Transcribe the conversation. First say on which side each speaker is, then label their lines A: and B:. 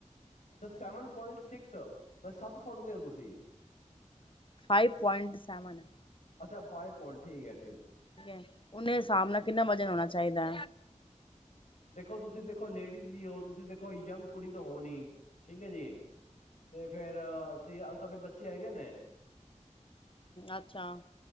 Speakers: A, on the left (about 70°); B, on the left (about 40°).
A: ਅੱਛਾ ਸੈਵਨ ਪੁਆਇੰਟ ਸਿਕਸ ਮੈਂ ਸੱਤ ਫੋਟ ਦਿਓ ਤੁਸੀਂ।
B: ਫਾਈਵ ਪੁਆਇੰਟ ਸੈਵਨ
A: ਅੱਛਾ ਫਾਈਵ ਪਇੰਟ ਠੀਕ ਐ।
B: ਠੀਕ ਉਹਨੇ ਹਿਸਾਬ ਨਾਲ ਕਿੰਨਾ ਵਜ਼ਨ ਹੋਣਾ ਚਾਈਦਾ?
A: ਦੇਖੋ, ਤੁਸੀਂ ਦੇਖੋ ਲੇਡੀਜ਼ ਵੀ ਹੋ ਤੁਸੀਂ ਦੇਖੋ ਯੰਗ ਕੁੜੀ ਤਾਂ ਹੋ ਨੀਂ, ਠੀਕ ਹੈ ਜੀ ਤੇ ਫੇਰ ਤੁਆਡੇ ਬੱਚੇ ਹੈਗੇ ਨੇ?
B: ਅੱਛਾ,